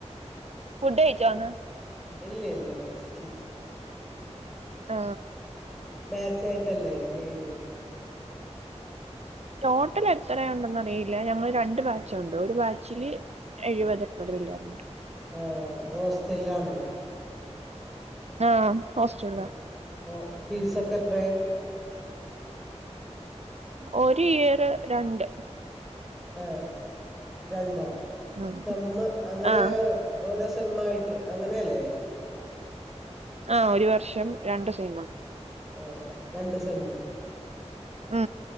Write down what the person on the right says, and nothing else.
ഫുഡ് കഴിച്ചോന്ന്
ആ
ടോട്ടലെത്ര ഉണ്ടന്നറിയില്ല ഞങ്ങള് രണ്ട് ബാച്ചൊണ്ട് ഒരു ബാച്ചില്
എഴുപത് <unintelligible>
ആ ഹോസ്റ്റല്ല
ഒരിയറ് രണ്ട്
ആഹ്
ആഹ്
ആ ഒരു വർഷം രണ്ട് സെമ്മ്
ആ